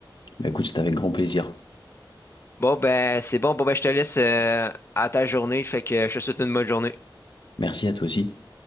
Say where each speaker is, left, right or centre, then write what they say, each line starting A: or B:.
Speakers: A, on the left (about 65°); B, on the left (about 30°).
A: Bah écoute, c'était avec grand plaisir.
B: bon, ben, c'est bon. Bon, ben, je te laisse euh, à ta journée. Fait que je te souhaite une bonne journée.
A: Merci à toi aussi.